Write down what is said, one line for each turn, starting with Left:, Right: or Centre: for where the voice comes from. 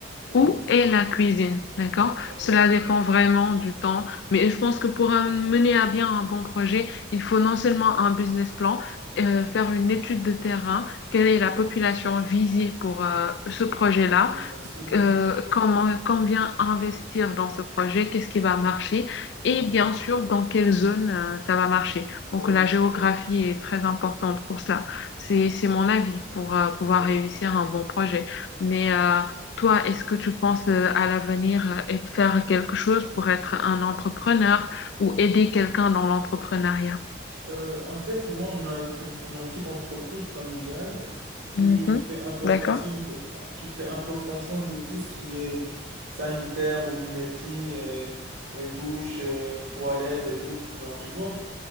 Right: Oui,
Left: Où est la cuisine, d'accord?
Right: d'accord.
Left: Cela dépend vraiment du temps, mais je pense que pour un- mener à bien un bon projet, il faut non seulement un business plan, euh, faire une étude de terrain, quelle est la population visée pour euh,
Right: Des
Left: ce projet-là,
Right: gens Sensibles,
Left: euh,
Right: oui.
Left: comment, combien investir dans ce projet, qu'est-ce qui va marcher et
Right: Oui.
Left: bien sûr dans quelle zone euh, ça va marcher. Donc
Right: Oui,
Left: la géographie est très importante pour cela. C'est, c'est mon avis pour euh, pouvoir
Right: effectivement.
Left: réussir un bon projet. Mais euh, toi, est-ce que tu penses euh, à l'avenir euh, et de faire quelque chose pour être un entrepreneur ou aider quelqu'un dans l'entrepreneuriat?
Right: Euh, en fait, moi, on a, un- on a une petite entreprise familiale qui
Left: Mhm.
Right: fait importation
Left: D'accord.
Right: de, qui fait importation de tout ce qui est sanitaire, robinetterie, et, et douche, euh, toilette et tout, genre, tu vois.